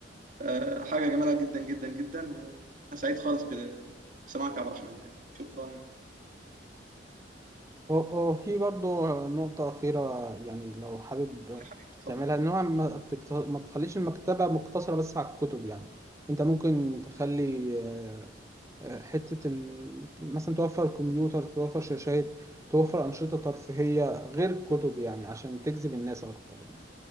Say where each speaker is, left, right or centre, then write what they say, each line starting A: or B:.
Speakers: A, on the right (about 45°); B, on the right (about 15°).
A: آه، حاجة جميلة جدا جدا جدا وانا سعيد خالص بسماعك يا عبد الرحمن يعني شكرا قول
B: وفي برضه نقطة أخيرة يعني لو حابب
A: يا حبيبي اتفضل
B: تعملها إن هو ما تكت- ما تخليش المكتبة مقتصرة بس على الكتب يعني أنت ممكن تخلي آه، آه، حتة ال... مثلا توفر كمبيوتر توفر شاشات توفر أنشطة ترفيهية غير الكتب يعني عشان تجذب الناس أكتر يعني